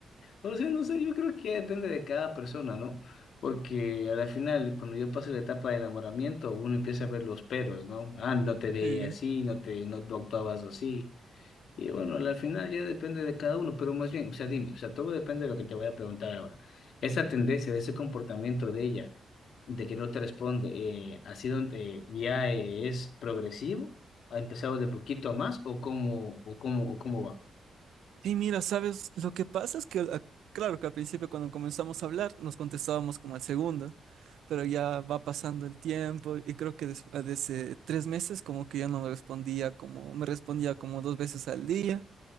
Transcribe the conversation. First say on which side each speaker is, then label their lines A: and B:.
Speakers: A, on the left; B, on the right.
A: No sé, no sé, yo creo que depende de cada persona, ¿no? Porque al final, cuando yo paso la etapa de enamoramiento, uno empieza a ver los peros, ¿no? Ah, no te veía
B: Sí.
A: así, no te, no, no actuabas así. Y bueno, al final ya depende de cada uno, pero más bien, o sea, dime, o sea, todo depende de lo que te voy a preguntar ahora. Esa tendencia, de ese comportamiento de ella, de que no te responde, eh, ¿ha sido, eh, ya eh, es progresivo? ¿Ha empezado de poquito a más o cómo, o cómo, o cómo va?
B: Sí, mira, ¿sabes? Lo que pasa es que, ah, claro que al principio cuando comenzamos a hablar nos contestábamos como al segundo, pero ya va pasando el tiempo y creo que des- ah, desde tres meses como que ya no me respondía como, me respondía como dos veces al día